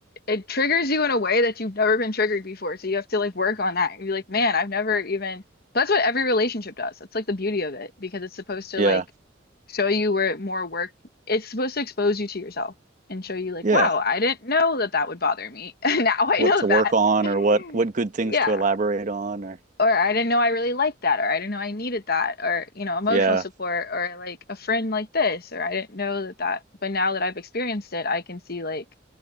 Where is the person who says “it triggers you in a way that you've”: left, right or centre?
Left